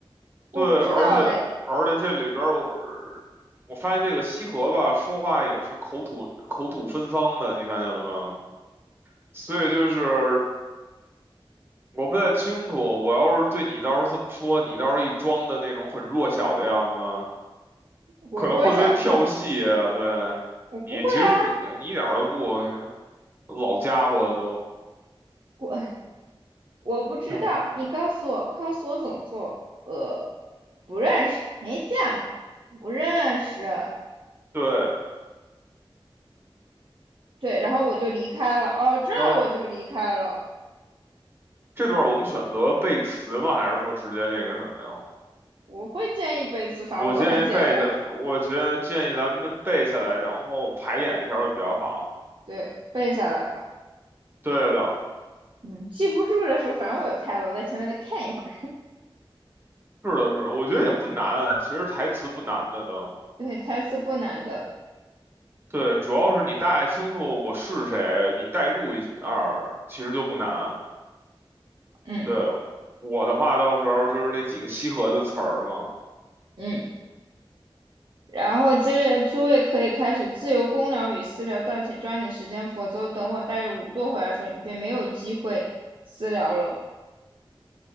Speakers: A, on the right; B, on the right.
A: 我不知道哎，
B: 对，而且而且这里边儿我我发现这个西河吧，说话也是口吐口吐芬芳的，你看见了吗？所以就是我不太清楚，我要是对你到时候这么说，你到时候一装的那种很弱小的样子，
A: 我弱小吗？
B: 可能会被跳戏啊。对，
A: 我不会啊，
B: 你其实不，你一点儿都不老家伙都。
A: 我我不知道，
B: 嗯
A: 你告诉我，告诉我怎么做？呃，不认识，没见过，不认识。
B: 对，
A: 对，然后我就离开了。哦，这儿我就离开了。
B: 然后这段我们选择背词吗？还是说直接那个什么呀？
A: 我会建议背词，反正我很简单，
B: 我建议背下，我觉得建议咱们背下来，然后排演一下会比较好。
A: 对，背下来吧。
B: 对的，
A: 嗯，记不住的时候，反正我有 pad，我在前面再看一会儿。
B: 是的是，我觉得也不难，其实台词不难的都。
A: <laughs> 对，台词不难的。
B: 对，主要是你大概清楚我是谁，你代入一下儿其实就不难。
A: 嗯
B: 对，我的话到时候就是那几个西河的词儿嘛。
A: 嗯，然后接着诸位可以开始自由公聊与私聊，但请抓紧时间，否则等我带着仵作回来的时候，你便没有机会私聊了。